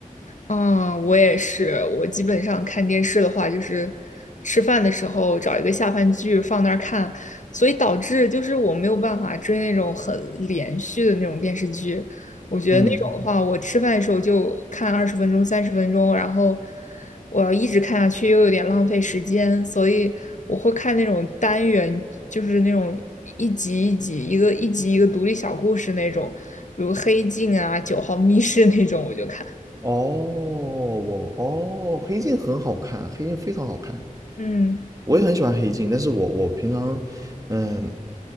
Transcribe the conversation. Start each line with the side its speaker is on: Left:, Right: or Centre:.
Left: 嗯，我也是。我基本上看电视的话，就是吃饭的时候找一个下饭剧放那儿看，所以导致就是我没有办法追那种很连续的那种电视剧。我觉得那种的话，
Right: 嗯，
Left: 我吃饭的时候就看二十分钟、三十分钟，然后我要一直看下去又有点浪费时间，所以我会看那种单元，就是那种一集一集、一个一集一个独立小故事那种，比如《黑镜》啊、《九号密室》那种，我就看。
Right: 哦，我哦，黑镜很好看，黑镜非常好看，
Left: 嗯。
Right: 我也很喜欢黑镜，但是我我平常，嗯，